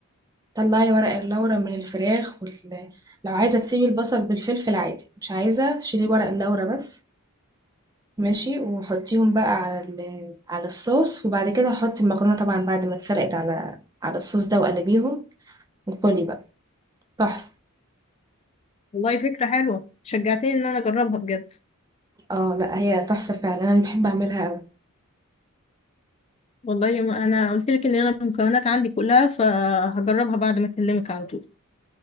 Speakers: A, on the right; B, on the left.
A: طلعي ورق اللورا من الفراخ وال... لو عايزة تسيبي البصل بالفلفل عادي مش عايزة شيلي ورق اللورا بس ماشي وحطيهم بقى على ال... على الصوص وبعد كده حطي المكرونة طبعا بعد ما اتسلقت على على الصوص ده وقلبيهم وكلي بقى تحفة
B: والله فكرة حلوة شجعتني ان انا اجربها بجد
A: اه لا هي تحفة فعلا انا بحب اعملها قوي
B: والله ما انا قلت لك ان انا المكونات عندي كلها فهجربها بعد ما اكلمك على طول